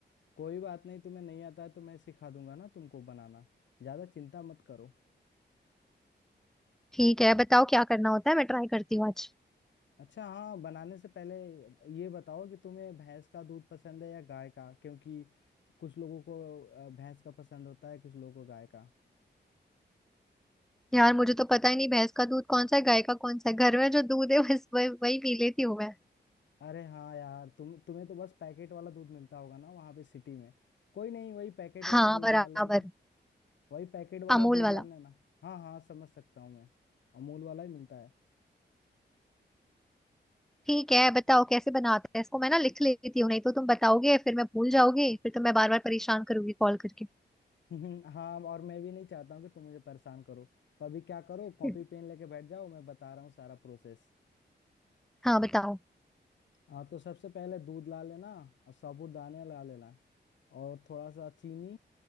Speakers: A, on the left; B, in the centre.
A: कोई बात नहीं तुम्हें नहीं आता है तो मैं सिखा दूंगा ना तुमको बनाना ज्यादा चिंता मत करो
B: ठीक है बताओ क्या करना होता है मैं ट्राई करती हूँ आज
A: अच्छा हाँ बनाने से पहले ये बताओ कि तुम्हें भैंस का दूध पसंद है या गाय का क्योंकि कुछ लोगों को अ, भैंस का पसंद होता है कुछ लोगों को गाय का
B: यार मुझे तो पता ही नहीं भैंस का दूध कौन सा है गाय का कौन सा है घर में जो दूध है बस वही वही पी लेती हूँ मैं
A: अरे हाँ यार तुम तुम्हें तो बस पैकेट वाला दूध मिलता होगा ना वहां पे सिटी में कोई नहीं वही पैकेट वाला
B: हाँ
A: दूध
B: बराबर
A: ला लेना वही पैकेट वाला
B: अमूल
A: दूध
B: वाला
A: ला लेना हाँ हाँ समझ सकता हूँ मैं अमूल वाला ही मिलता है
B: ठीक है बताओ कैसे बनाते हैं इसको मैं ना लिख लेती हूँ नहीं तो तुम बताओगे फिर मैं भूल जाओगे फिर तो मैं बार बार परेशान करूंगी कॉल करके
A: <laughs> हाँ और मैं भी नहीं चाहता हूँ कि तुम मुझे परेशान करो तो अभी क्या करो कॉपी
B: <laughs>
A: पेन लेके बैठ जाओ मैं बता रहा हूँ सारा प्रोसेस
B: हाँ बताओ
A: हाँ तो सबसे पहले दूध ला लेना और साबूदाने ला लेना और थोड़ा सा चीनी